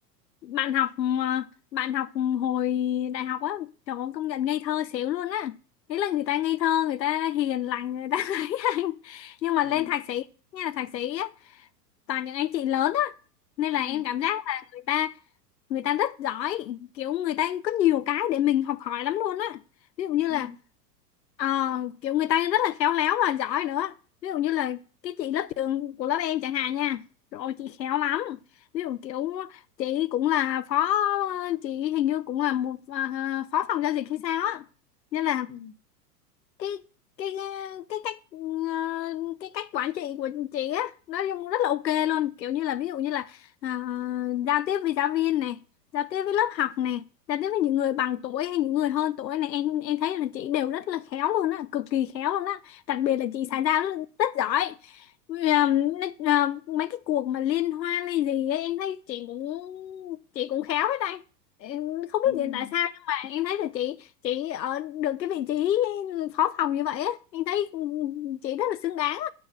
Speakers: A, on the left; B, on the left.
A: bạn học ờ, bạn học hồi đại học á trời ơi, công nhận ngây thơ xỉu luôn á đấy là người ta ngây thơ người ta hiền lành người ta <laughs> ấy anh nhưng mà
B: ừ
A: lên thạc sĩ nghe là thạc sĩ á toàn những anh chị lớn á nên là
B: ừ
A: em cảm giác là người ta người ta rất giỏi kiểu người ta có nhiều cái để mình học hỏi lắm luôn á ví dụ như là
B: ừ
A: ờ, kiểu người ta rất là khéo léo và giỏi nữa ví dụ như là cái chị lớp trưởng của lớp em chẳng hạn nha rồi chị khéo lắm ví dụ kiểu chị cũng là phó chị hình như cũng là một à, phó phòng giao dịch hay sao á nên là
B: ừ,
A: cái cái cái cách ờ, cái cách quản trị của chị á nói chung rất là ok luôn kiểu như là ví dụ như là à, giao tiếp với giáo viên này giao tiếp với lớp học này giao tiếp với những người bằng tuổi hay những người hơn tuổi này em em thấy là chị đều rất là khéo luôn á cực kỳ khéo luôn á đặc biệt là chị
B: ừ.
A: xã giao rất, rất giỏi Vì, à, nói- à, mấy cái cuộc mà liên hoan hay gì ấy, em thấy chị cũng chị cũng khéo hết đây Em không biết
B: Ừm,
A: hiện tại sao nhưng mà em thấy là chị chị ở được cái vị trí phó phòng như vậy á em thấy chị rất là xứng đáng á.